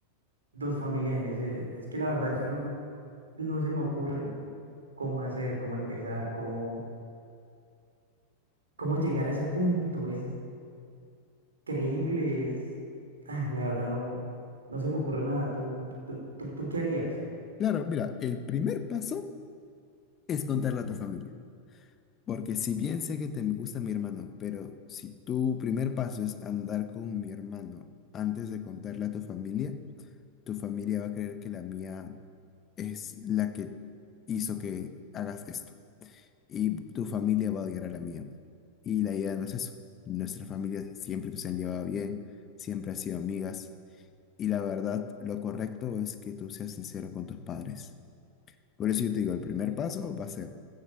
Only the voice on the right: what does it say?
dos familias en ese. Es que la verdad yo no, no se me ocurre cómo hacer, cómo empezar, cómo, cómo llegar a ese punto. Es creíbles. Ah, la verdad no, no se me ocurre nada. ¿Tú, tú, tú, tú qué harías?